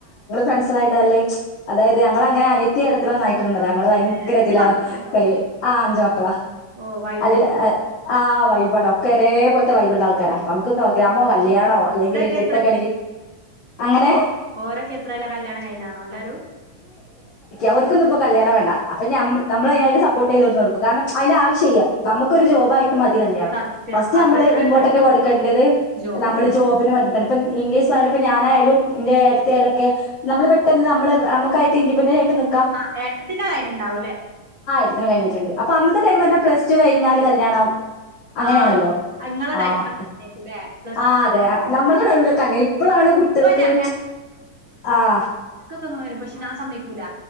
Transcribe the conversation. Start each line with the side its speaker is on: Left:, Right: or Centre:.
Left: പേർസണൽ ആയിട്ട് <unintelligible> അതായത് ഞങ്ങളങ്ങനെ അ <unintelligible> ന്നായിട്ടന്നല്ലേ
Right: ആഹ്
Left: ഞങ്ങള്
Right: ആഹ്
Left: ഭയങ്കര
Right: ഏഹ് അഞ്ച്
Left: ഇതില
Right: മക്കളുണ്ടോ
Left: കയ്യിഞ അഞ്ചുമക്കള് അള്ളാ
Right: ഓഹ് വൈബേക്കൂല്ലേ
Left: അതെ ആഹ് വൈബ് ആട ഓക്കേ ഒരേപോലെത്തേ വൈബ് ഇള്ള ആൾക്കാരാ നമുക്ക് പ്രോഗ്രാമോ
Right: ആഹ്
Left: കല്യാണോ അല്ലെങ്കിൽ
Right: ഓരൊക്കെ
Left: ട്രിപ്പ് ഒക്കെ ആണെങ്കിൽ അങ്ങനെ
Right: ഓരോക്കെ എത്രേല കല്യാണം കഴിഞ്ഞാണോ എല്ലാരും
Left: അവര്ക്കൊന്നും ഇപ്പം കല്യാണം വേണ്ട അ അപ്പെ ഞമ്മ് നമ്മളതിനായിട്ട് സപ്പോർട്ട് ചെയ്തുതോന്നു കൊടുക്കും കാരണം അതിന്റെ ആവശ്യഇല്ല നമ്മക്ക് ക്കൊരു ജോബായ് ത് മതി കല്യാണം
Right: സത്യം
Left: ഫസ്റ്റ്
Right: അത്
Left: നമ്മള്
Right: അത്
Left: ഇമ്പോർട്ടന്റ് കൊടുക്കേണ്ടത്
Right: ജോബിന്
Left: നമ്മള് ജോബിന് വേണ്ടിട്ടണ് ഇ ഇപ്പം ഇൻകേസ് പറയണിപ്പ ഞാനായാലും ഇന്റെ ഏട്ടത്തിയാലൊക്കെ നമ്മള് പെട്ടെന്ന് നമ്മള് നമുക്കായിട്ട് ഇൻിപെൻന്ററ് ആയിട്ട് നിക്ക്
Right: ആഹ് ഏട്ടത്തിന്റെ കാര്യം ഉണ്ടാവൂല്ലേ
Left: അതിന് കഴിഞ്ഞിട്ടുണ്ട് അപ്പൊ അന്നത്തെ ടൈം ന്ന് പറഞ്ഞ പ്ലസ് ടു കഴിഞ്ഞാല് കല്യാണം അങ്ങനെയാണല്ലോ
Right: ആഹ് ഇങ്ങളെ
Left: ആഹ്
Right: ടൈമിലൊക്കെ അങ്ങനെയായിരിക്കുംല്ലേ പ്ലസ്
Left: ആ
Right: ടു
Left: അതെ നമ്മളുടെ ടൈമിലൊക്കെ അങ്ങനെ ഇപ്പളാണ് കുട്ടികൾക്ക്
Right: ഇപ്പൊ ഞാ
Left: ആഹ്
Right: ക്ക് ങ്ങ് വരും പക്ഷെനെ ആ സമയ ഇക്കൂല